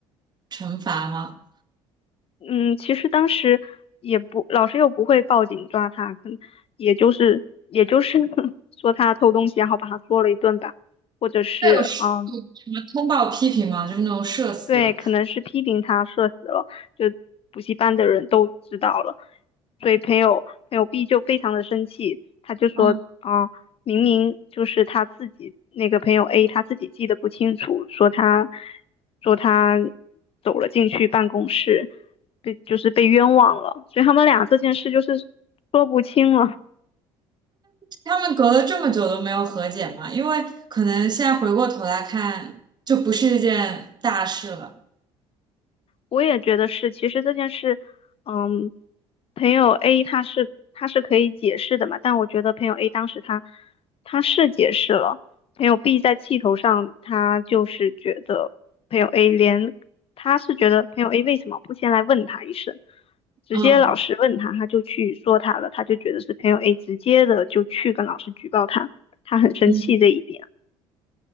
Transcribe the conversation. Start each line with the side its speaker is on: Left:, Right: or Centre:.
Right: 惩罚吗？
Left: 嗯，其实当时也不，老师又不会报警抓他，可能也就是也就是 <laughs> 说他偷东西，然后把他说了一顿吧，或者是嗯、
Right: 对，有
Left: 呃
Right: 你们通报批评吗？就是那种社死。
Left: 对，可能是批评他社死了，就补习班的人都知道了，所以朋友朋友 B 就非常的生气，他就说啊，
Right: 嗯，
Left: 明明就是他自己那个朋友 A 他自己记得不清楚，说他说他走了进去办公室，被就是被冤枉了，所以他们俩这件事就是说不清了。
Right: 他们隔了这么久都没有和解嘛，因为可能现在回过头来看，就不是一件大事了。
Left: 我也觉得是，其实这件事，嗯，朋友 A 他是他是可以解释的嘛，但我觉得朋友 A 当时他他是解释了，朋友 B 在气头上，他就是觉得朋友 A 连他是觉得朋友 A 为什么不先来问他一声，直接老师问他，
Right: 嗯
Left: 他就去说他了，他就觉得是朋友 A 直接的就去跟老师举报他，他很生气这一点。
Right: 嗯